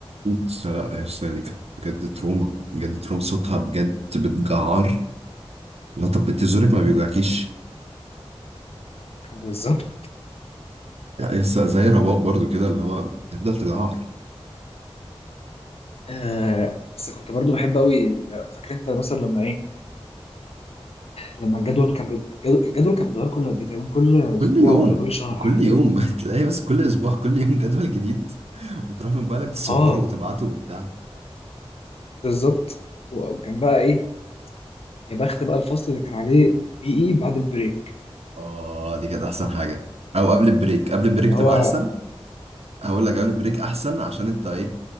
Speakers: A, on the right; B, on the left.
A: بس لا يا اسطى دي كانت بجد تروما بجد تروما صوتها بجد بتجعر لا طب بتزورك ما بيوجعكيش
B: بالظبط
A: يعني يا اسطى زي رباب برضو كده اللي هو تفضل تجعر
B: آه بس كنت برضو بحب قوي ال- فاكر انت مثلا لما ايه لما الجدول كان بي- الجدول الجدول كان بيتغير كل قد ايه تقريبا كل اسبوع
A: كل يوم
B: ولا كل شهر
A: كل
B: حاجه كده
A: يوم <laughs> تلاقي بس كل اسبوع كل يوم جدول جديد وتروح من بالك تصوره
B: اه
A: وتبعته وبتاع
B: بالظبط وكان بقى ايه يا بخت بقى الفصل اللي كان عليه بي اي بعد البريك
A: اه دي كانت احسن حاجه او قبل البريك قبل البريك
B: اللي
A: تبقى
B: هو
A: احسن هقول لك قبل البريك احسن عشان انت ايه